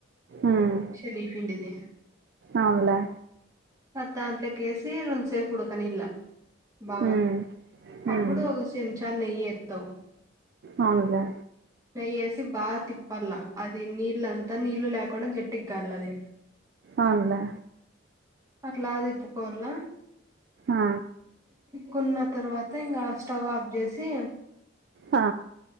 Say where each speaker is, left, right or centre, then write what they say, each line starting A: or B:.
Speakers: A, on the right; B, on the right.
A: ఉమ్,
B: శెనిగిపిండిది
A: అవునులే
B: అది దాంట్లోకి యేసి రొంచేపు ఉడకనియ్యాల బాగా
A: ఉమ్
B: అప్పుడు
A: ఉమ్
B: ఒక చెంచా నెయ్యి ఎత్తవ్
A: అవునులే
B: నెయ్యి యేసి బాగా తిప్పాల్ల అది నీళ్ళంతా నీళ్ళు లేకుండా గట్టిగా కావల్ల అది
A: అవునులే
B: అట్లా అది ఎత్తుకోవాళ్ళ
A: ఆ
B: కున్న తర్వాత ఇంకా స్టవ్ ఆఫ్ చేసి
A: ఆ